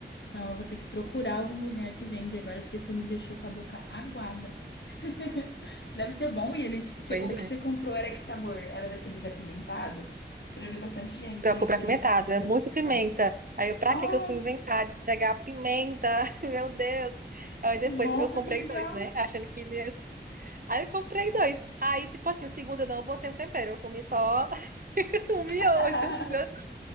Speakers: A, on the left (about 75°); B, on the right (about 50°).
A: Não, eu vou ter que procurar algum lugar que vende agora, porque você me deixou com a boca aguada. <laughs> Deve ser bom. E eles, você-
B: Pois
A: o
B: é.
A: que você comprou era que sabor? Era daqueles apimentados? Eu já vi bastante gente
B: Pior que
A: experimentando
B: apimentado, é
A: os
B: muito
A: apimentados.
B: pimenta. Aí eu, pra
A: Ai,
B: que que eu fui inventar de pegar pimenta? <laughs> Meu Deus. Aí depois
A: nossa,
B: eu comprei
A: que legal!
B: dois, né? Achando que não ia... Aí eu comprei dois. Aí, tipo assim, o segundo eu não botei um tempero. Eu comi só <laughs> um miojo,
A: <laughs>
B: meu-